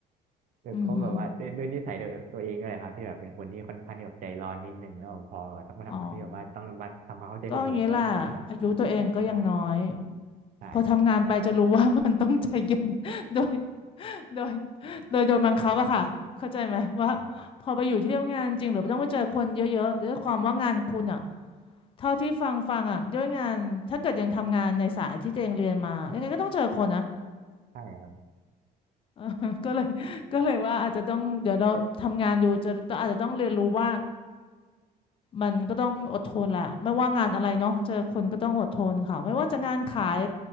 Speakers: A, on the right; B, on the left.
A: เดี๋ยวก็แบบว่าด้วยด้วยนิสัยตัวเองด้วยแหละครับที่แบบเป็นคนที่ค่อนข้างที่แบบใจร้อนนิดนึงแล้วแบบพอต้องมาทำงานที่แบบว่าต้องมาทำความเข้าใจคนอื่นก็รู้สึกว่า
B: อือหืออ๋อก็อย่างนี้แหละอายุตัวเองก็ยังน้อย
A: ไม่ได้ใช่
B: พอทำงานไปจะรู้ว่า <laughs> มันต้องใจเย็น <laughs> ด้วย โดย <laughs> โดยโดนบังคับอะค่ะเข้าใจไหมว่า
A: ครับ
B: พอไปอยู่ที่ทำงานจริงหรือต้องไปเจอคนเยอะๆด้วยความว่างานคุณอะเท่าที่ฟังฟังอะด้วยงานถ้าเกิดยังทำงานในสายที่ตัวเองเรียนมายังไงก็ต้องเจอคนนะ
A: ใช่ครับ
B: <laughs> ก็เลย <laughs> ก็เลยว่าอาจจะต้องเดี๋ยวเราทำงานอยู่จะอาจจะต้องเรียนรู้ว่ามันก็ต้องอดทนแหละไม่ว่างานอะไรเนาะเจอคนก็ต้องอดทนค่ะไม่ว่าจะงานขาย